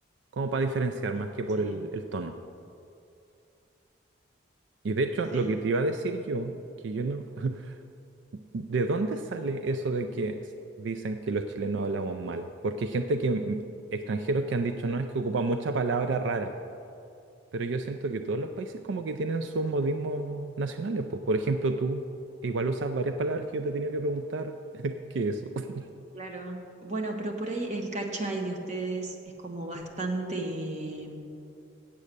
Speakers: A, on the right; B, on the right.
A: como para diferenciar más que por
B: Sí,
A: el, el tono. Y de hecho,
B: sí.
A: lo que te iba a decir yo, que yo no, <laughs> ¿de dónde sale eso de que s- dicen que los chilenos hablamos mal? Porque hay gente que, mm, extranjeros que han dicho, no, es que ocupa mucha palabra rara. Pero yo siento que todos los países como que tienen sus modismos nacionales, pues. Por ejemplo, tú igual usas varias palabras que yo te he tenido que preguntar <laughs> qué es eso, <laughs>
B: Claro. Bueno, pero por ahí el cachai de ustedes es como bastante